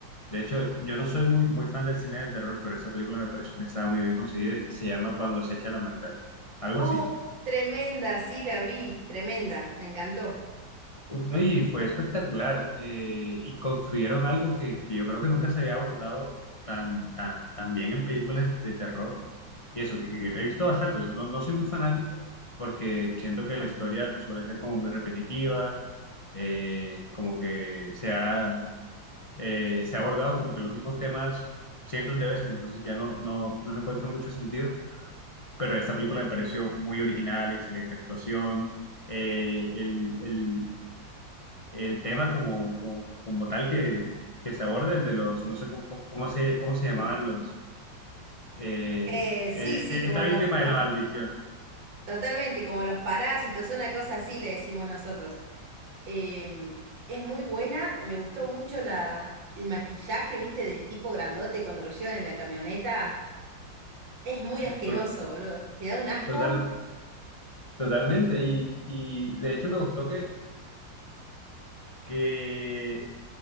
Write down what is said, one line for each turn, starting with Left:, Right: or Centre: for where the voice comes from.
Left: De hecho, yo no soy muy, muy fan del cine de terror, pero esa película me pareció que estaba muy bien conseguida y se llama Cuando acecha la maldad. Algo
Right: Uf,
Left: así.
Right: tremenda, sí la vi, tremenda, me encantó.
Left: Uf, no, y fue espectacular. eh, y construyeron algo que, que yo creo que nunca se había abordado tan, tan, tan bien en películas de terror. Y eso, que, que he visto bastante. No, no soy muy fanático porque siento que la historia suele ser como muy repetitiva, eh, como que se ha, eh, se ha abordado como que los mismos temas cientos de veces, entonces ya no, no, no le encuentro mucho sentido. Pero esta película me pareció muy original, excelente actuación. eh, el, el- el tema como, como, como tal que, que se aborda, el de los, no sé cómo, cómo, cómo se, cómo se llamaban los, eh,
Right: Eh,
Left: este-
Right: sí, sí, como
Left: esta víctima
Right: los, los,
Left: de la maldición.
Right: totalmente, como los parásitos, una cosa así le decimos nosotros. Em, es muy buena, me gustó mucho la, el maquillaje, viste, del tipo grandote cuando lo llevan en la camioneta. Es muy asqueroso,
Left: To-
Right: boludo. ¿Te da un asco?
Left: Total, totalmente. Y, y de hecho me gustó que, que